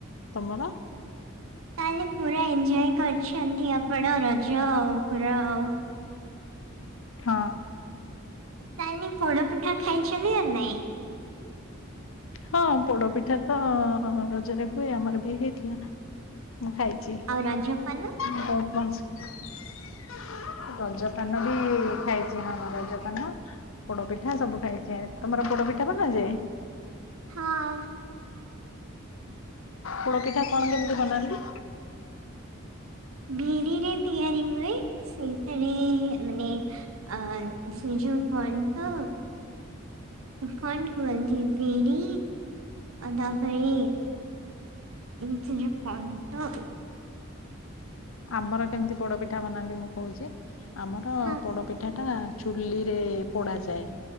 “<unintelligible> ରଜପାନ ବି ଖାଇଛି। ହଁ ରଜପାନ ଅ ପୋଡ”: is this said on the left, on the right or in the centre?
Left